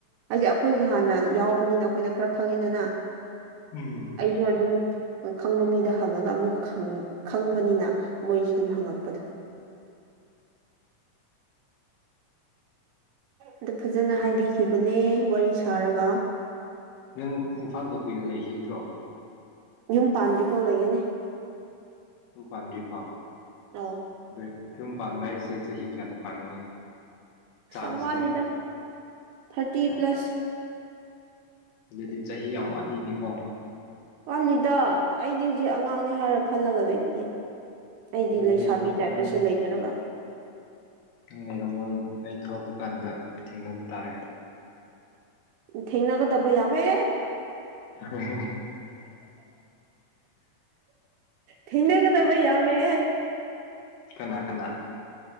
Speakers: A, on the right; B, on the left.
A: ꯍꯥꯏꯗꯤ ꯑꯩꯈꯣꯏꯁꯨ ꯍꯥꯟꯅ ꯌꯥꯎꯕꯅꯤꯅ ꯑꯩꯈꯣꯏꯅ ꯈꯔ ꯈꯪꯉꯦꯗꯅ
B: ꯎꯝ
A: ꯑꯩꯁꯨ ꯑꯗꯨꯝ꯫ ꯈꯪꯕ ꯃꯤꯗ ꯍꯪꯉꯒ ꯑꯃꯨꯛ ꯈꯪꯕꯅꯤꯅ ꯃꯣꯏꯁꯨ ꯑꯗꯨꯝ ꯍꯪꯉꯛꯄꯗꯨ꯫ ꯑꯗꯨ ꯐꯖꯅ ꯍꯥꯏꯕꯤꯈꯤꯕꯅꯦ ꯋꯥꯔꯤ ꯁꯥꯔꯒ꯫
B: ꯅꯪ ꯏꯝꯐꯥꯜꯗ ꯀꯨꯏꯅ ꯂꯩꯈꯤꯒꯗ꯭ꯔꯣ꯫
A: ꯌꯨꯝ ꯄꯥꯟꯗ꯭ꯔꯤꯐꯥꯎ ꯂꯩꯒꯅꯤ꯫
B: ꯌꯨꯝ ꯄꯥꯟꯗꯔꯤ ꯐꯥꯎ꯫
A: ꯑꯣ꯫
B: ꯑꯗꯨ ꯌꯨꯝ ꯄꯥꯟꯕ ꯍꯥꯏꯁꯦ ꯆꯍꯤ ꯀꯌꯥꯗ ꯄꯥꯟꯒꯅꯤ꯫
A: ꯑꯁ
B: ꯆꯥꯟꯁꯇꯣ
A: ꯌꯥꯝ ꯋꯥꯠꯂꯤꯗ ꯊꯔꯇꯤ
B: ꯑꯣ
A: ꯄ꯭ꯂꯁ꯫
B: ꯑꯗꯨꯗꯤ ꯆꯍꯤ ꯌꯥꯝ ꯋꯥꯠꯂꯤꯅꯦꯀꯣ꯫
A: ꯋꯥꯂꯤꯗ ꯑꯩꯗꯤ ꯍꯧꯖꯤꯛ ꯑꯉꯥꯡꯅꯤ ꯍꯥꯏꯔ ꯈꯜꯂꯒ ꯂꯩꯕꯅꯦ꯫ ꯑꯩꯗꯤ
B: ꯑꯗꯨꯗꯤ
A: ꯂꯩꯁꯥꯕꯤ ꯇꯥꯏꯞꯇꯁꯨ
B: ꯅꯪ
A: ꯂꯩꯗ꯭ꯔꯒ꯫
B: ꯂꯩꯔꯝꯃꯣꯏ ꯑꯩ ꯊꯣꯛꯂꯛꯄ ꯀꯥꯟꯗ ꯊꯦꯡꯅꯕ ꯇꯥꯔꯦ꯫
A: ꯊꯦꯡꯅꯒꯗꯕ ꯌꯥꯝꯃꯦ꯫
B: <unintelligible>
A: ꯊꯦꯡꯅꯒꯗꯕ ꯌꯥꯝꯃꯦꯍꯦ꯫
B: ꯀꯅꯥ ꯀꯅꯥ꯫